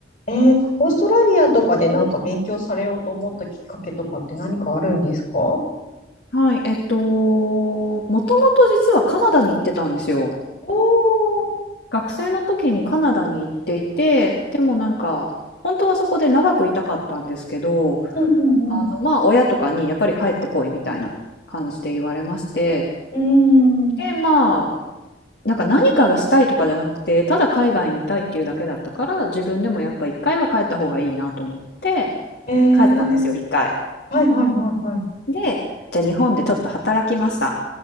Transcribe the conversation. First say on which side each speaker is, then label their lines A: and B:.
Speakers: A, on the left (about 50°); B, on the left (about 70°).
A: えー、オーストラリアとかでなんか勉強されようと思ったきっかけとかって何かあるんですかお
B: はい、えっと、もともと実はカナダに行ってたんですよ。
A: ー、
B: 学生の時にカナダに行っていて、でもなんか、本当はそこで長くいたかったんですけど、
A: うんうん
B: あの、まあ、親とかにやっぱり帰ってこいみたいな感じで言われまして、
A: うん。う
B: で、まあ、なんか何かがしたいとかじゃなくて、ただ海外にいたいっていうだけだったから、自分でもやっぱ一回は帰った方がいいなと思って、
A: ーん。
B: 帰ったんですよ、
A: えー、
B: 一回。
A: はいはいはいはい。
B: で、じゃあ日本でちょっと働きました。